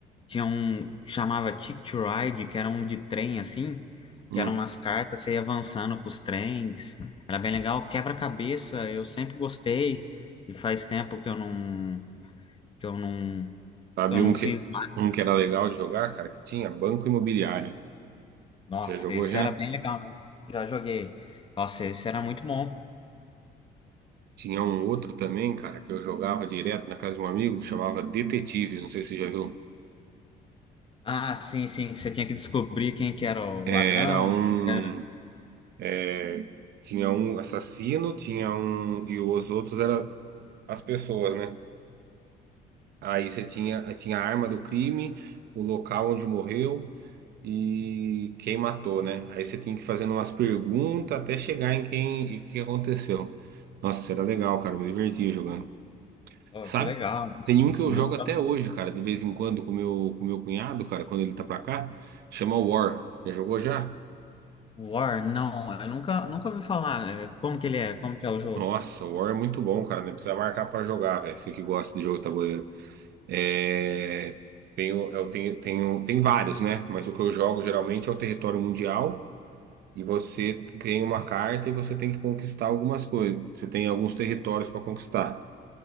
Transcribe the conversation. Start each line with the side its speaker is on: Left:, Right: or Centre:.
Left: tinha um, chamava Ticket to Ride, que era um de trem, assim,
Right: Hum.
Left: que eram umas cartas, você ia avançando com os trens. Era bem legal. Quebra-cabeça, eu sempre gostei. E faz tempo que eu não, que eu não,
Right: Sabe
Left: que eu
Right: um
Left: não
Right: que,
Left: fiz
Right: um que era legal de jogar, cara, que tinha Banco Imobiliário.
Left: Nossa,
Right: Você jogou
Left: esse
Right: já?
Left: era bem legal, né? Já joguei. Nossa, esse era muito bom.
Right: Tinha um outro também, cara, que eu jogava direto na casa de um amigo que chamava Detetive, não sei se você já viu.
Left: Ah, sim, sim, que você tinha que descobrir quem que era o
Right: É,
Left: ladrão.
Right: Era um.
Left: quem que era-
Right: é, tinha um assassino, tinha um. E os outros eram as pessoas, né? Aí você tinha, aí tinha a arma do crime, o local onde morreu e quem matou, né? Aí você tinha que ir fazendo umas perguntas até chegar em quem e o que aconteceu. Nossa, era legal, cara. Me divertia jogando.
Left: Oh,
Right: Sabe?
Left: que legal.
Right: Tem um que eu
Left: É muito
Right: jogo até
Left: bacana.
Right: hoje, cara, de vez em quando com meu, com meu cunhado, cara, quando ele tá pra cá, chama War. Já jogou já?
Left: War, não, eu nunca, nunca ouvi falar. né? Como que ele é? Como que é o jogo?
Right: Nossa, o War é muito bom, cara. Não precisa marcar pra jogar, velho. Você que gosta de jogo de tabuleiro. É... Tenho, eu tenho, tenho, tem vários, né? Mas o que eu jogo geralmente é o território mundial. E você ganha uma carta e você tem que conquistar algumas coisas. Você tem alguns territórios para conquistar.